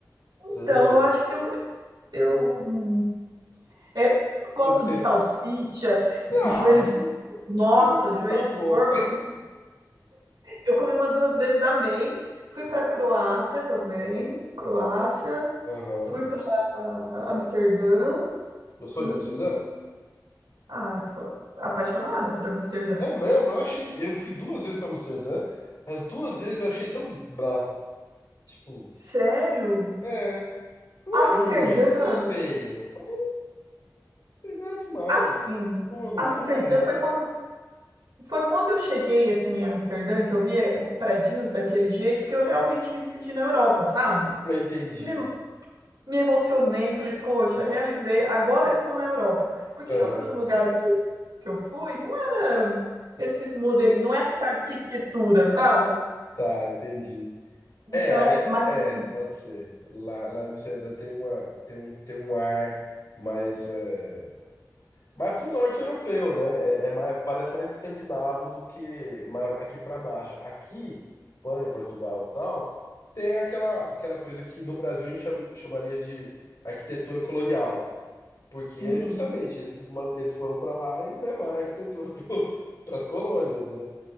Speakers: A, on the right (about 85°); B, on the left (about 75°).
A: então
B: tã,
A: eu acho que eu eu, hum, é, eu gosto
B: tã, tã.
A: de salsicha,
B: <laughs>
A: joelho
B: Ah,
A: de nossa,
B: tã,
A: joelho
B: tá bom.
A: de porco. Eu comi, eu comi umas duas vezes, amei. Fui para Croácia também, Croácia.
B: Aham.
A: Fui para Amsterdã.
B: Gostou
A: Hum,
B: de Amsterdã?
A: ah, fo- apaixonada por Amsterdã.
B: É mesmo, eu achei. Eu fui duas vezes pra Amsterdã. As duas vezes eu achei tão blá. Tipo,
A: Sério?
B: é. Não
A: Amsterdã,
B: é ruim, não é feio, mas não tem nada demais.
A: assim,
B: Como eu não
A: Amsterdã
B: fumo.
A: foi
B: <laughs>
A: quando, foi quando eu cheguei, assim, em Amsterdã, que eu vi eh, os predinhos daquele jeito, que eu realmente me senti na Europa, sabe?
B: Eu entendi.
A: Me, emo- me emocionei, falei, poxa, realizei, agora eu estou na Europa. Porque
B: Aham,
A: em outros lugares que eu, que eu fui, não era esses modelos, não era essa arquitetura, sabe?
B: tá, entendi.
A: Então,
B: É, aí-
A: mas
B: é,
A: assim,
B: pode ser. Lá, lá em Amsterdã tem uma, tem um, tem um ar mais, é, mais pro norte europeu, né? É, é mais, parece mais escandinavo do que mais aqui para baixo. Aqui, Espanha, Portugal, e tal, tem aquela, aquela coisa que no Brasil a gente cham- chamaria de arquitetura colonial, porque
A: uhum,
B: é justamente eles, man- eles foram para lá e levaram a arquitetura <laughs> para as colônias, né?